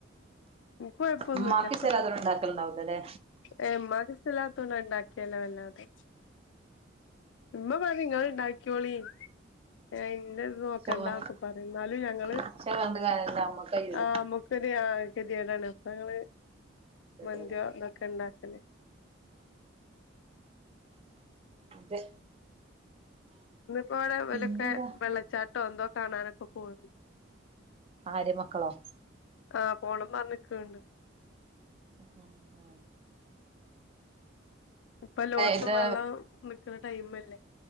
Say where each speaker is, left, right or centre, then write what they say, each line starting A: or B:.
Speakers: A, on the left (about 70°); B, on the right (about 30°).
A: എനിക്ക് കുഴപ്പമൊന്നുമില്ല
B: ഉമ്മാക്ക് ഇഷ്ടല്ലാത്തോര് ഉണ്ടാക്കലുണ്ടാവൂലല്ലേ
A: <unintelligible> തുണ ഉണ്ടാക്കിയല്ലോ വല്ലാതെ ഉമ്മ പറഞ്ഞു നിങ്ങൾ ഉണ്ടാക്കോളി ഏ ഇന്റെ നോക്കണ്ടന്നോക്കെ
B: ചൊവ്വ
A: പറയും ഇന്നാലും ഞങ്ങള്
B: പക്ഷെ പറഞ്ഞിട്ട് കാര്യല്ല അമ്മക്ക് കയ്യൂല
A: ആ നമുക്കര് ആ കതിയാടാണ് അപ്പങ്ങള്
B: ഗതികേടാണ്
A: മന്തിയോന്നൊക്കെ ഉണ്ടാക്കല്
B: അതെ
A: ഇന്നിപ്പോ അവിടെ വലൊക്കെ
B: പിന്നെന്താ
A: വെള്ളച്ചാട്ടോ എന്തോ കാണാനൊക്കെ പോയിരുന്നു
B: ആര് മക്കളോ
A: ആ പോണം പറഞ്ക്കണണ്ട്
B: ഹ ആ
A: ഇപ്പഎല്ലേടുത്ത്
B: ഇത്
A: വെള്ളം നിക്കണ ടൈമ് അല്ലേ